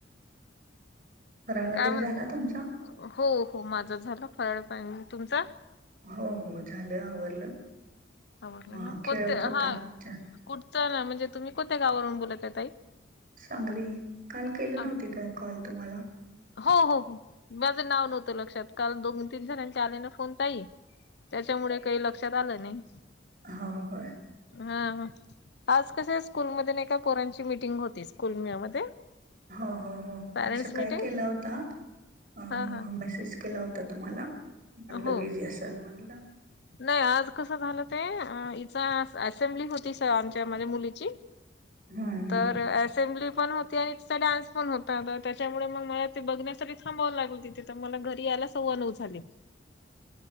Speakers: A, on the right (about 50°); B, on the left (about 65°).
A: फराळ वगैरे
B: काय म्हण
A: झाला तुमचा?
B: हो हो माझा झाला फराळ पाणी, तुमचा?
A: हो हो झालं आवरलं.
B: आवरलं
A: म
B: ना,
A: खेळत
B: कोणते
A: होता
B: हा
A: अच्छा,
B: कुठचं ना म्हणजे तुम्ही कोणत्या गावावरून बोलत आहे ताई?
A: सांगली काल केलं
B: सांग.
A: नव्हते काय कॉल तुम्हाला?
B: हो हो हो माझं नाव नव्हतं लक्षात काल दोन तीन जणांचे आले ना फोन ताई. त्याच्यामुळे काही लक्षात आलं नाही.
A: हा होय.
B: हा. आज कसे स्कूलमध्ये नाही का पोरांची मीटिंग होती स्कूल म मध्ये.
A: हो हो हो
B: पॅरेंट्स
A: मी सकाळी
B: मिटिंग
A: केला होता. अ,
B: हा हा.
A: मेसेज केला होता तुम्हाला म्हणलं
B: हो
A: बिझी असाल म्हणलं.
B: नाही आज कसं झालं ते इचा असेंब्ली होती स आमच्या माझ्या मुलीची.
A: हं, हं.
B: तर अ सेंबली पण होती आणि तिचा डान्स पण होता तर त्याच्यामुळे मग मला ते बघण्यासाठी थांबावं लागलं तिथे. तर मला घरी यायला सव्वा नऊ झाले.
A: <unintelligible>